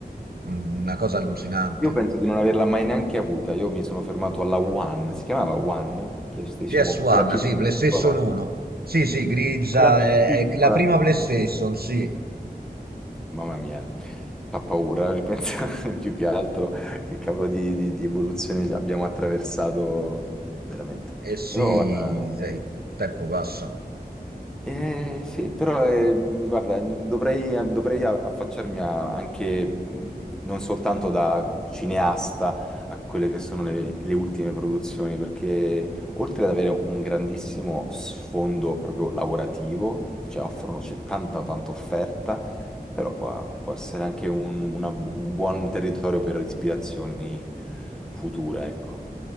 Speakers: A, on the right; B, in the centre.
A: Mm, una cosa allucinante.
B: Io penso di non averla mai neanche avuta. Io mi sono fermato alla One, si chiamava One, PlayStation
A: PS1,
B: One, quella più
A: sì,
B: piccola,
A: PlayStation 1, sì, sì, grigia,
B: quella più
A: è,
B: piccola,
A: è la prima
B: più...
A: PlayStation, sì,
B: Mamma mia, fa paura ripensare <laughs> più che altro che cavolo di, di- di evoluzione abbiamo attraversato veramente.
A: eh sì,
B: Però guarda,
A: sai, il tempo passa.
B: Eh, sì, però eh, mh, guarda, n- dovrei, dovrei a- affacciarmi a- anche mh, non soltanto da cineasta a quelle che sono le, le ultime produzioni, perché oltre ad avere un grandissimo sfondo proprio lavorativo, cioè offrono, c'è tanta tanta offerta, però può, può essere anche un, una bu- un buon territorio per ispirazioni future, ecco.